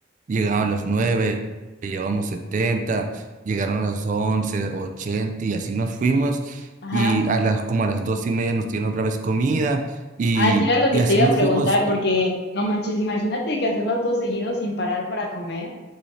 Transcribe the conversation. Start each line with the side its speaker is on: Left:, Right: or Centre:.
Right: llegaron a las nueve llevamos setenta llegaron a las once ochenta y así nos fuimos
Left: Ajá.
Right: y a las como a las dos y media nos dieron otra vez comida y,
Left: Así era lo
Right: y
Left: que
Right: así
Left: te iba
Right: nos
Left: a preguntar,
Right: fuimos. y-
Left: porque no manches, imagínate que hacerlo todo seguido sin parar para comer.